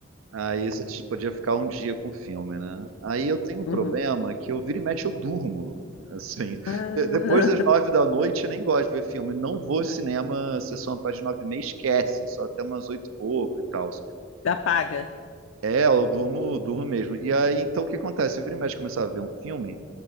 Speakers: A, on the right; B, on the left.
A: Aí você tipo, podia ficar um dia com o filme, né? Aí eu tenho um problema
B: Uhum.
A: que eu vira e mexe eu durmo. Assim,
B: Ah,
A: De- depois das nove da noite eu nem gosto de ver filme. Não vou ao cinema, sessão a partir de nove e meia, esquece. Só até umas oito e pouco e tal.
B: <laughs> já paga.
A: É, eu durmo, durmo mesmo. E aí, então o que acontece? Eu vira e mexe começar a ver um filme,